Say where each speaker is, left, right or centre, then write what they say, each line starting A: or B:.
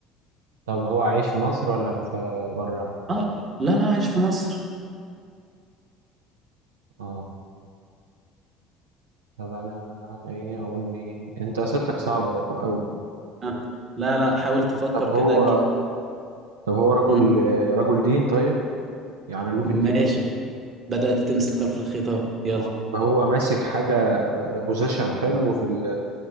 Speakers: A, on the right; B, on the right.
A: طب هو عايش في مصر ولا في برا
B: اه لا لا عايش في مصر
A: اه طب انا ايه اقول مين انت اسئلتك صعبة اوي
B: آه. لا لا حاول تفكر
A: طب
B: كده
A: هو
B: تجيب
A: طب هو رجل
B: مم.
A: رجل دين طيب يعني له في
B: ماشي
A: الدين وكده؟
B: بدأت تمسك طرف الخيطة يلا
A: هو طب هو ماسك حاجة بوزيشن حلو في ال...